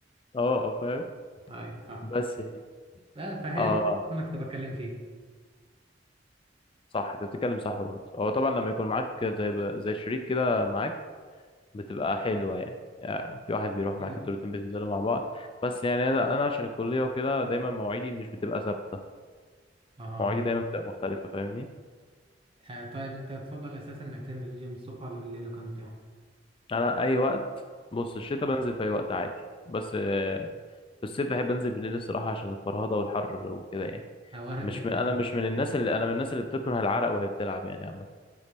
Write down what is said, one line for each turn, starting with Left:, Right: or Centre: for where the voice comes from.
Left: اه آه، فاهم
Right: ايوه صح
Left: بس يعني
Right: بقى فهي
Left: اه
Right: دي اللي انا كنت بتكلم فيها
Left: صح انت بتتكلم صح برضه هو طبعا لما يكون معاك زي ب... زي شريك كده معاك بتبقى حلوة يعني. يعني في واحد بيروح
Right: كتير.
Left: معاك انتوا الاتنين بتنزلوا مع بعض بس يعني انا أنا عشان الكلية وكده دايما مواعيدي مش بتبقى ثابتة
Right: اه
Left: مواعيدي دايما بتبقى مختلفة فاهمني
Right: آه، طيب انت تفضل اساسا انك تنزل الجيم الصبح ولا بالليل لو كان متاح
Left: انا اي وقت بص الشتاء بنزل في اي وقت عادي بس آه، في الصيف بحب انزل بالليل الصراحه عشان الفرهده والحر وكده يعني
Right: او انا
Left: مش
Right: اتفق
Left: من انا مش من الناس اللي انا من الناس اللي بتكره العرق وهي بتلعب يعني عامه